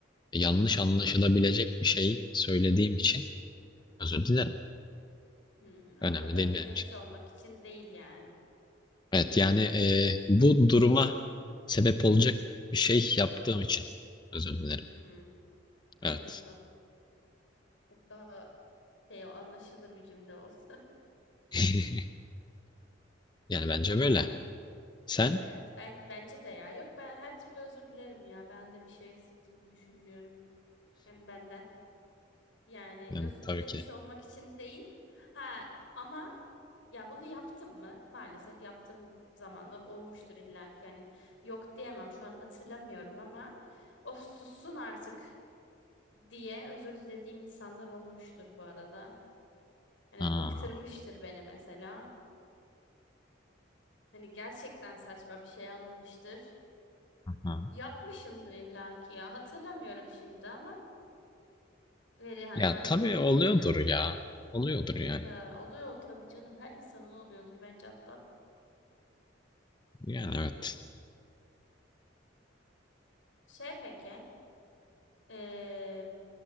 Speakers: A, on the left; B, on the left.
A: yanlış
B: Hmm,
A: anlaşılabilecek bir şey söylediğim için özür dilerim.
B: hmm, anla-
A: Önemli
B: Özür
A: değil benim
B: dilemiş
A: için.
B: olmak için değil yani.
A: Evet yani ee, bu duruma sebep olacak bir şey yaptığım için özür dilerim.
B: Hmm, anladım.
A: Evet.
B: E, Daha şey o anlaşılır bir cümle olsa.
A: <laughs>
B: <laughs>
A: Yani
B: Tamam
A: bence
B: anladım.
A: böyle. Sen?
B: Evet ben bence de ya. Yok ben her türlü özür dilerim ya. Ben de bir şey eksilttiğini düşünmüyorum. Yani benden. Yani
A: Yani
B: özür
A: tabii
B: dilemiş
A: ki.
B: olmak için değil. Ha ama ya bunu yaptım mı? Maalesef yaptığım zamanlar olmuştur illa ki. Yani yok diyemem şu an hatırlamıyorum ama of sussun artık diye özür dilediğim insanlar olmuştur bu arada. Hani
A: Aa,
B: bıktırmıştır beni mesela. Hani gerçekten saçma bir şey alınmıştır.
A: ha.
B: Yapmışımdır illa ki ya. Hatırlamıyorum şimdi ama veri hani
A: Ya
B: örnek
A: tabii
B: vereyim
A: oluyordur
B: dedim.
A: ya. Oluyordur yani.
B: Ee, oluyor tabii canım her insanın oluyordur bence hatta.
A: Yani evet.
B: Şey peki, eee,